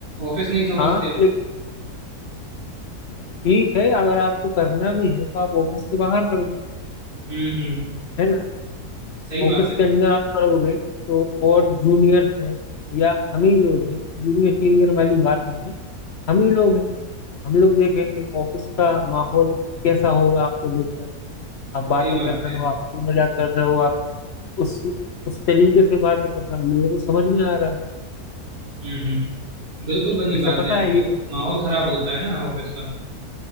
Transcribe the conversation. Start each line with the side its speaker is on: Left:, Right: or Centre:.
Right: ऑफिस नहीं समझते
Left: हाँ
Right: लोग
Left: लेकिन ठीक है अगर आपको करना भी है तो आप ऑफिस के बाहर करो
Right: हम्म हम्म
Left: है ना
Right: सही बात
Left: ऑफिस
Right: है
Left: के अंदर आप करोगे तो और जूनियर हैं या हम ही लोग हैं जूनियर सीनियर वाली बात नहीं है हम ही लोग हैं हम लोग देखेंगे ऑफिस का माहौल कैसा होगा आपको देखकर आप बातें
Right: सही
Left: कर
Right: बात
Left: रहे
Right: है
Left: हो आप हंसी मजाक कर रहे हो आप उस उस तरीके से बातें कर रहे हो लोगों को समझ में आ रहा है
Right: हम्म हम्म बिल्कुल बनी
Left: ऐसा
Right: बात
Left: पता
Right: है यार
Left: है
Right: तो
Left: ये
Right: माहौल खराब होता
Left: अ,
Right: है ना
Left: अ,
Right: ऑफिस का